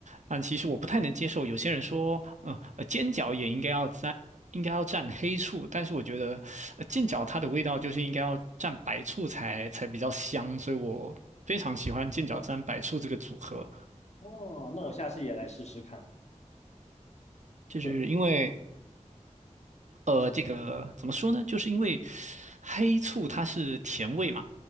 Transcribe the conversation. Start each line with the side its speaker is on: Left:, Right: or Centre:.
Right: 但其实我不太能接受。有些人说，嗯、呃，煎饺也应该要蘸，应该要蘸黑醋，但是我觉得，呃煎饺它的味道就是应该要蘸白醋才才比较香，所以我非常喜欢煎饺蘸白醋这个组合，
Left: 哦，那我下次也来试试看。
Right: 就是因为
Left: 对。
Right: 呃，这个怎么说呢？就是因为黑醋它是甜味嘛，